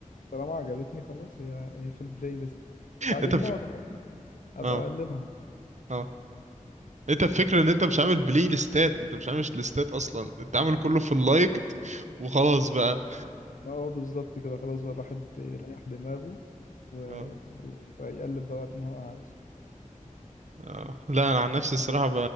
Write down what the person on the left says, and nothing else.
طالما عجبتني خلاص هي هي في البلاي ليست بعدين
بقى وأنا بسمع أبقى
أقلبها
ما هو بالظبط كده خلاص بقى الواحد يريح دماغه و...
و- ويقلب بقى وقت ما هو عاوز